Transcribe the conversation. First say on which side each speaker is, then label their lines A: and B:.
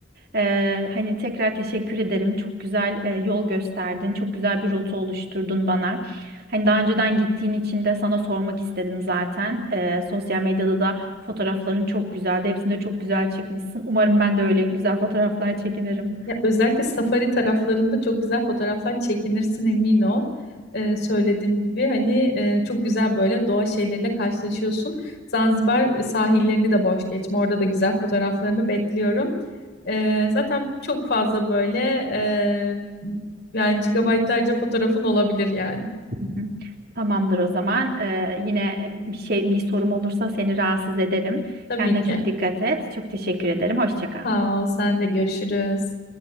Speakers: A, on the right (about 55°); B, on the left (about 60°).
A: E, hani tekrar teşekkür ederim. Çok güzel e, yol gösterdin. Çok güzel bir rota oluşturdun bana. Hani daha önceden gittiğin için de sana sormak istedim zaten. E, sosyal medyada da fotoğrafların çok güzeldi. Hepsinde çok güzel çıkmışsın. Umarım ben de öyle güzel fotoğraflar çekinirim.
B: Ya özellikle safari taraflarında çok güzel fotoğraflar çekinirsin emin ol. Ee, söylediğim gibi hani e, çok güzel böyle doğa şeyleriyle karşılaşıyorsun. Zanzibar sahillerini de boş geçme. Orada da güzel fotoğraflarını bekliyorum. Ee, zaten çok fazla böyle e, yani gigabaytlarca fotoğrafın olabilir yani.
A: Hı hı. Tamamdır o zaman. Ee, yine e, bir şey bir sorum olursa seni rahatsız ederim.
B: Tabii
A: Kendine
B: ki.
A: çok dikkat et. Çok teşekkür ederim. Hoşça kal.
B: Sağ ol, sen de görüşürüz.